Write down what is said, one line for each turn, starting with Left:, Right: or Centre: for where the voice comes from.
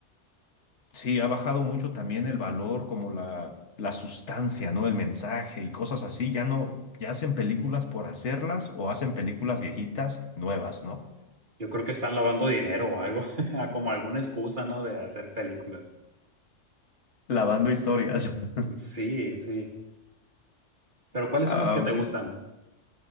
Left: Sí, ha bajado mucho también el valor, como la, la sustancia, ¿no? El mensaje y cosas así. Ya no, ya hacen películas por hacerlas o hacen películas viejitas nuevas, ¿no?
Right: Yo creo que están lavando dinero o algo, <laughs> como alguna excusa, ¿no? De hacer películas.
Left: Lavando historias. <laughs>
Right: Sí, sí. Pero ¿cuáles
Left: Ah,
Right: son las que te gustan?